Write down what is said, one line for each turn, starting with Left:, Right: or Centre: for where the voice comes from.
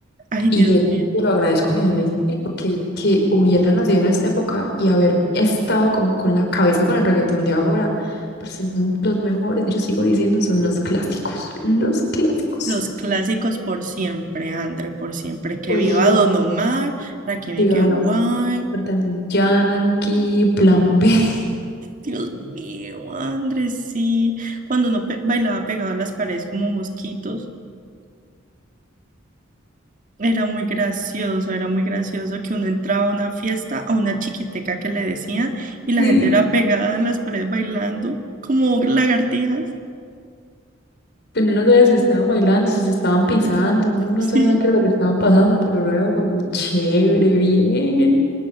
Right: Ay,
Left: Y
Right: Dios
Left: eso
Right: mío.
Left: sí se lo agradezco a mi adolescente porque que hubiera nacido en esta época y haber estado como con la cabeza con el reggaetón de ahora, parce, no, los mejores, yo sigo diciendo, son los clásicos, los clásicos.
Right: Los clásicos por siempre, André, por siempre. Que
Left: Por
Right: viva
Left: el
Right: Don Omar, Rakim
Left: Iván
Right: y Ken Wine.
Left: Amado, Daddy Yankee, Plan B. <laughs>
Right: Dios mío, André, sí. Cuando uno pe- bailaba pegado a las paredes como mosquitos, era muy gracioso, era muy gracioso que uno entraba a una fiesta, a una chiquiteca que le decían, y la
Left: Sí.
Right: gente era pegada en las paredes bailando como lagartijas.
Left: Pero uno no sabía si estaban bailando, si se estaban pisando, uno no
Right: Sí.
Left: sabía qué era lo que estaban pasando, pero lo era como chévere, bien.